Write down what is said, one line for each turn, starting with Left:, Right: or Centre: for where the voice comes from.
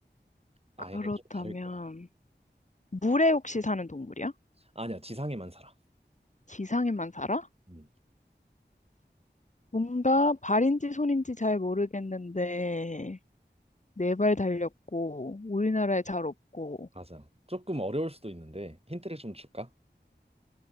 Right: 아예
Left: 그렇다면
Right: 좀 다를 거야.
Left: 물에 혹시 사는 동물이야?
Right: 아니야, 지상에만 살아.
Left: 지상에만 살아?
Right: 음,
Left: 뭔가 발인지 손인지 잘 모르겠는데 네 발 달렸고 우리나라에 잘 없고
Right: 맞아. 조금 어려울 수도 있는데 힌트를 좀 줄까?